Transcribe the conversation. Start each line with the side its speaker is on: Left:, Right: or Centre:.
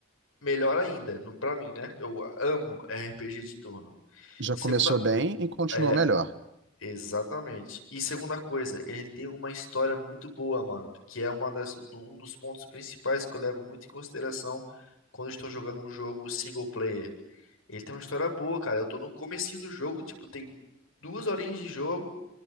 Left: melhor ainda, no- pra mim, né? Eu amo RPG de turno.
Right: Já
Left: Segunda,
Right: começou bem e continua
Left: é,
Right: melhor.
Left: exatamente. E segunda coisa, ele tem uma história muito boa, mano, que é uma das, do- um dos pontos principais que eu levo muito em consideração quando estou jogando um jogo single player. Ele tem uma história boa, cara. Eu tô no comecinho do jogo, tipo, tem duas horinhas de jogo